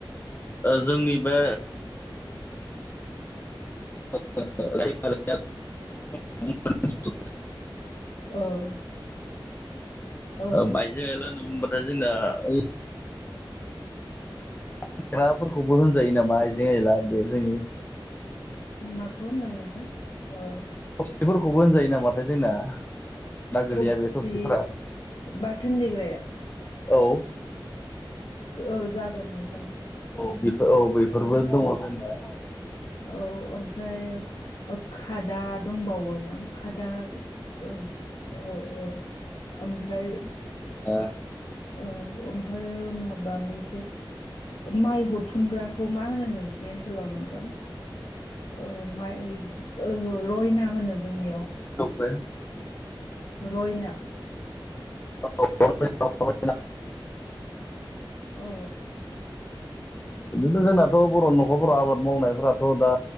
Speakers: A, on the left; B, on the left.
A: जोंनि बे <unintelligible> <unintelligible>
B: औ औ
A: बाइज गायला होनना बुंबाथायथाय जोंना ओइ फग्राफोरखौबो होनजायो नामा आइजें आइला बे जोंनि
B: माखौ होनदों नोंथां औ
A: मफोरखौबो होनजायो नामाथाय जोंना ना गोलैया
B: थफसि
A: बे थबसिफोरा
B: बाथोन देग्राया
A: औ
B: ओ जागोन नो
A: औ बेफोर औ बेफोरबो दङ जोंनिया
B: औ ओमफ्राय खादा दंबावो। ना खादा औ औ ओमफ्राय
A: ओ
B: औ ओमफ्रायायो माबा मोनसे माइ हथुमग्राखौ मा होनो नोंसिनि ओनसोलाव नोंथां? ओ माइ ओ रयना होनो जोंनियाव
A: <unintelligible>
B: रयना
A: <unintelligible>
B: औ
A: बिदिथनो जोंनाथ' बर' न'खरफोराव आबाद मावनायफोराथ' दा